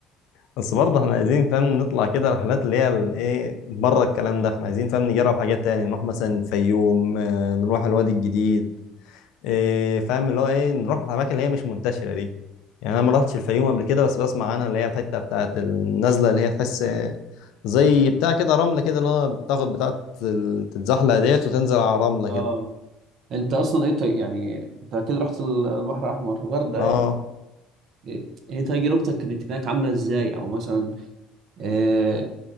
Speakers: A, on the left; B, on the right.
A: بس برضه احنا عايزين فاهم نطلع كده رحلات اللي هي ال- ايه بره الكلام ده احنا عايزين فاهم نجرب حاجات تاني نروح مثلا الفيوم آه، نروح الوادي الجديد إيه فاهم اللي هو ايه نروح الاماكن اللي هي مش منتشره دي يعني انا ما رحتش الفيوم قبل كده بس بسمع عنها اللي هي الحته بتاعت النزله اللي هي تحس زي بتاع كده رمل كده اللي هو بتاخد بتاعت ال- تتزحلق ديت وتنزل على رمله
B: اه
A: كده
B: انت اصلا ايه طي... يعني انت اكيد رحت ال- البحر الاحمر الغردقه
A: اه
B: يعني ايه إيه تجربتك كانت هناك عامله ازاي او مثلا إيه